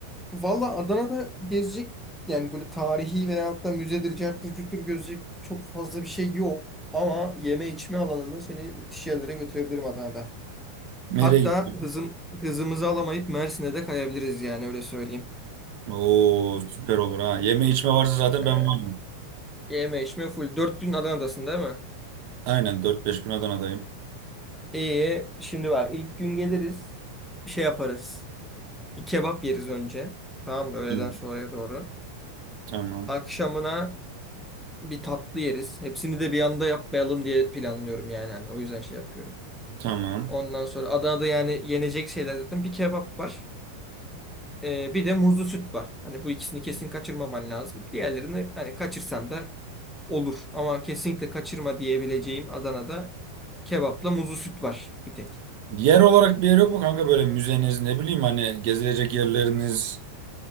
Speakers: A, in the centre; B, on the right.
A: Valla Adana'da gezecek yani böyle tarihi veyahut da müzedir, carttır, cürttür gözecek çok fazla bir şey yok. Ama yeme içme alanında seni müthiş yerlere götürebilirim Adana'da.
B: Nereye
A: Hatta
B: gidiyorsun?
A: hızın, hızımızı alamayıp Mersin'e de kayabiliriz yani öyle söyleyeyim.
B: Oo süper olur ha. Yeme içme varsa zaten
A: Ee,
B: ben varım.
A: Yeme içme full. Dört gün Adana'dasın değil mi?
B: Aynen dört beş gün Adana'dayım.
A: Ee, şimdi bak ilk gün geliriz. şey yaparız. Bir kebap yeriz önce. Tamam mı? Öğleden
B: Hı,
A: sonraya doğru.
B: Tamam.
A: Akşamına bir tatlı yeriz. Hepsini de bir anda yapmayalım diye planlıyorum yani. Hani o yüzden şey yapıyorum.
B: Tamam.
A: Ondan sonra Adana'da yani yenecek şeyler zaten bir kebap var. Ee, bir de muzlu süt var. Hani bu ikisini kesin kaçırmaman lazım. Diğerlerini hani kaçırsan da olur. Ama kesinlikle kaçırma diyebileceğim Adana'da kebapla muzlu süt var bir tek.
B: Yer olarak bir yer yok mu kanka böyle müzeniz ne bileyim hani gezilecek yerleriniz?